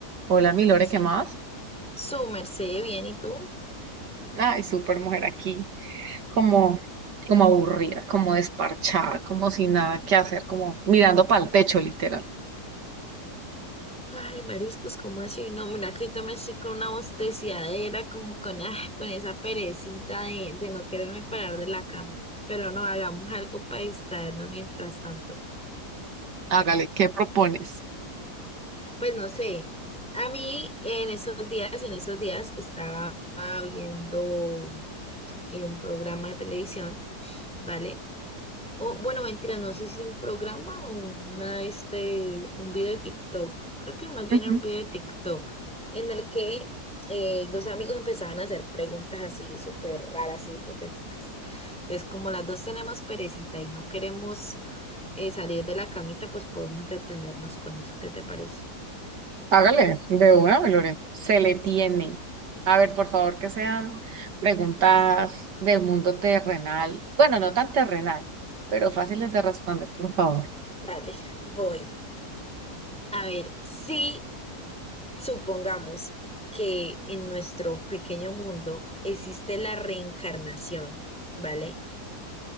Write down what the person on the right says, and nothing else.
Hola, mi Lore,
¿qué más?
Ay, súper mujer aquí, como, como aburrida, como desparchada, como sin nada que hacer, como mirando para el techo, literal.
Hágale, ¿qué propones?
Ujú.
Hágale, de una, mi Lore. Se le tiene. A ver, por favor, que sean preguntas del mundo terrenal. Bueno, no tan terrenal, pero fáciles de responder, por favor.